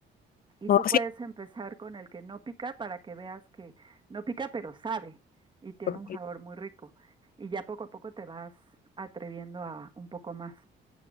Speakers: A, on the right (about 25°); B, on the left (about 50°).
A: y
B: Ah,
A: tú puedes empezar con el que no pica para que veas que no pica, pero sabe y tiene
B: oh,
A: un
B: sí.
A: sabor muy rico. Y ya poco a poco te vas atreviendo a un poco más.